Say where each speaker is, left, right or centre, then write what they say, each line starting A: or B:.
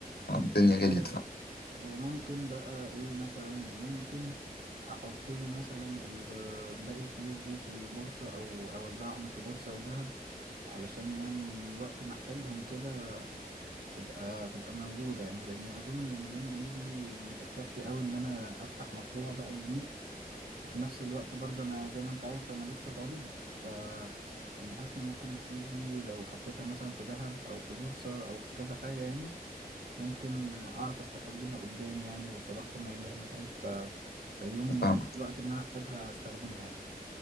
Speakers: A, on the left; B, on the right.
A: الدنيا
B: و-
A: غليت فاهم
B: وممكن بقى ايه مثلا ممكن احط لي مثلا ال- باقي الفلوس دي في البورصة او اوزعهم في بورصة وذهب علشان يعني وقت محتاجهم كده تبقى تبقى موجودة يعني لاني اظن مليون جنيه دي مش هتكفي قوي ان انا افتح مشروع بقى كبير وفي نفس الوقت برضه انا زي ما انت عارف انا لسه طالب ف يعني حاسس ان ممكن الفلوس دي لو حطيتها مثلا في ذهب او في بورصة او في كذا حاجة يعني ممكن اعرف استفاد بيها قدام يعني والتضخم ما يبهدلهاش ف فيوم ما
A: فاهم
B: يجي الوقت ان انا احتاجها استخدمها يعني